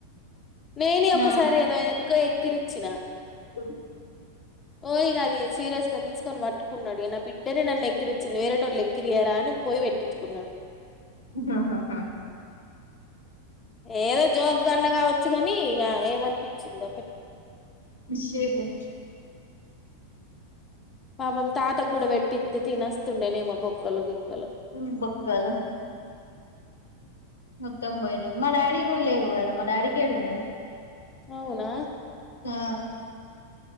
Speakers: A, on the left; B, on the left.
A: నేనే ఒకసారి
B: ఆ
A: ఏదాన్నుకో ఎక్కిరిచ్చిన
B: స
A: ఓయి గది సీరియస్ గా తీసుకొని పట్టుకున్నాడు. నా బిడ్డనే నన్ను ఎకిరిచ్చింది. వేరే టో ళ్ళు ఎక్కిరియారా నన్ను. పోయి పెట్టించుకున్నాడు.
B: ఆహాహా!
A: ఏదో జోగ్గా అన్నా కావచ్చు కానీ, ఏమనిపించిందో ఒకటి.
B: <unintelligible>
A: పాపం తాత కూడా పెట్టిత్తె తినస్తుండేనే ఏమో బొక్కలు గిక్కలు.
B: మ్, బొక్కలు మొత్తం పోయినాయి. మా డాడీకిలేవు కదా మా డాడీకేడ ఉన్నాయి.
A: అవునా?
B: ఆ